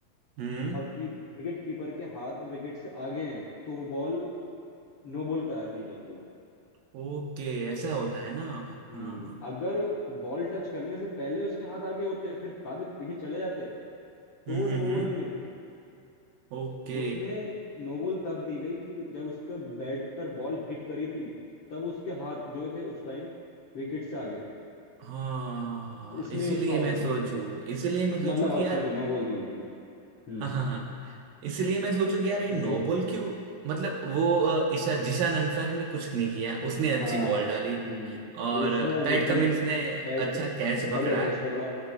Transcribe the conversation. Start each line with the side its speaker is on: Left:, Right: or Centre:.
Right: हम्म
Left: और की विकेट कीपर के हाथ विकेट से आगे हैं तो वो बॉल नो बॉल करा दी जाती है
Right: ओके ऐसा होता है ना
Left: हम्म
Right: हाँ
Left: अगर बॉल टच करने से पहले उसके हाथ आगे होते फिर बाद में पीछे चले जाते तो
Right: हम्म
Left: वो नो
Right: हम्म हम्म
Left: बॉल नहीं होती
Right: ओके
Left: तो उसने नो बॉल तब दी गई कि जब उसके बैट पर बॉल हिट करी थी तब उसके हाथ जो थे उस टाइम विकेट से आगे थे
Right: हाँ हाँ, हाँ, हाँ, हाँ।
Left: इसलिए
Right: इसीलिए
Left: उसको आउट
Right: मैं सोचू
Left: दिया गया था
Right: इसीलिए मैं सोचू
Left: मतलब
Right: कि
Left: आउट
Right: यार
Left: सॉरी नो बॉल दी गई थी हम्म
Right: हाँ हाँ हाँ इसलिए मैं सोचू कि यार ये नोबल
Left: वही
Right: क्यों मतलब वो अ, ईशा जिशान अंसारी ने कुछ नहीं किया उसने अच्छी
Left: हाँ
Right: बॉल
Left: हम्म,
Right: डाली और
Left: उसने अब
Right: पैट
Left: एकदम
Right: कमिंस ने
Left: पैट
Right: अच्छा
Left: क-
Right: कैच
Left: बढ़िया
Right: पकड़ा
Left: कैच पकड़ा